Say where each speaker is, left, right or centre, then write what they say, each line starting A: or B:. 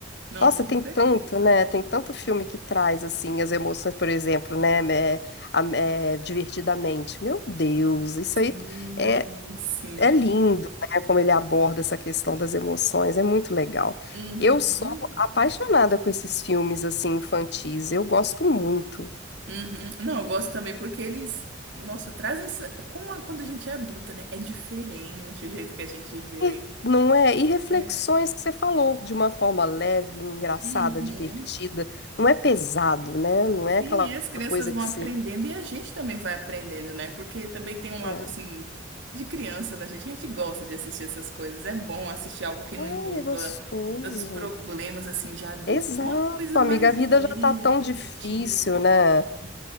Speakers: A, on the right (about 70°); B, on the left (about 55°).
A: Não,
B: Nossa,
A: com
B: tem
A: certeza.
B: tanto, né? Tem tanto filme que traz, assim, as emoções, por exemplo, né? É, a- é, Divertidamente. Meu Deus, isso
A: Sim,
B: aí é,
A: sim.
B: é lindo, né? Como ele aborda essa questão das emoções, é muito legal.
A: Uhum,
B: Eu sou apaixonada com esses filmes, assim, infantis, eu gosto muito.
A: uhum. Não, eu gosto também porque eles, nossa, trazem isso como a- quando a gente é adulta, né? É diferente o jeito que a gente vê,
B: E- Não é? E reflexões
A: né?
B: que você falou, de uma forma leve, engraçada,
A: Uhum.
B: divertida. Não é pesado, né? Não
A: Sim,
B: é aquela
A: e as crianças
B: coisa
A: vão
B: que
A: aprendendo
B: você...
A: e a gente também vai aprendendo, né? Porque também tem um lado
B: É.
A: assim de criança da gente, que a gente gosta de assistir essas coisas. É bom assistir algo que não
B: Ai,
A: envolva
B: é gostoso.
A: tantos problemas assim de adulto,
B: Exato,
A: uma coisa
B: amiga.
A: mais
B: A vida
A: leve,
B: já tá tão difícil,
A: fictícia
B: né?
A: também.